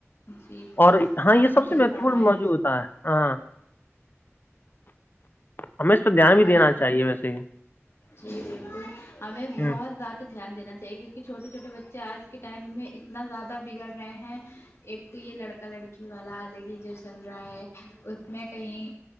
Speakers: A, on the left; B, on the left.
A: جی
B: اور ہاں یہ
A: آپ نے
B: سب
A: صحیح
B: سے مہتوپورن
A: فرمایا
B: موضوع ہوتا ہے ہاں ہمیں اس پے دھیان بھی
A: ہمیں
B: دینا چاہیے ویسے
A: جی بالکل ہمیں بہت
B: ہ
A: زیادہ دھیان دینا چاہیے کیونکہ چھوٹے چھوٹے بچے آج کے ٹائم میں اتنا زیادہ بگڑ رہے ہیں ایک تو یہ لڑکا لڑکی والا الگ ہی جو چل رہا ہے اس میں کہیں